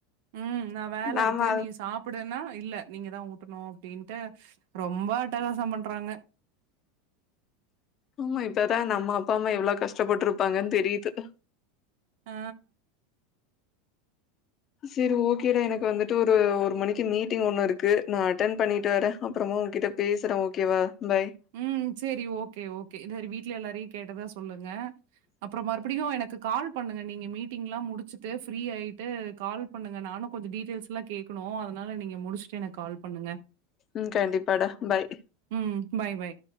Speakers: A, on the right; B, on the left.
A: ம் நா வேல
B: நாம
A: இருக்கு நீ சாப்பிடுன்னா இல்ல நீங்க தா ஊட்டணு அப்டின் ட்டு ரொம்ப அட்டகாசம் பண்றாங்க
B: ஆமா இப்பதா நம்ம அப்பா அம்மா எவ்ளோ கஷ்டப்பட்டுருப்பாங்கன் தெரியிது
A: ஆ
B: சேரி ஓகேடா எனக்கு வந்துட்டு ஒரு ஒரு மணிக்கு மீட்டிங் ஒண்ணு இருக்கு நா அட்டண்ட் பண்ணிட்டு வரே அப் உன்கிட்ட பேசுறே ஓகேவா பாய்.
A: ம் சேரி ஓகே ஓகே இந்த வீட்ல எல்லாரையு கேட்டதா சொல்லுங்க அப்புற மறுபடியு எனக்கு கால் பண்ணுங்க நீங்க மீட்டிங்லா முடிச்சுட்டு ஃப்ரீ ஆயிட்டு கால் பண்ணுங்க நானு கொஞ்ச டீட்டெயில்ஸ்லா எல்லா கேக்கணு அத அதனால நீங்க முடிச்சுட்டு எனக்கு கால் பண்ணுங்க
B: ம் கண்டிப்பாடா பாய்
A: ம். பாய் பாய்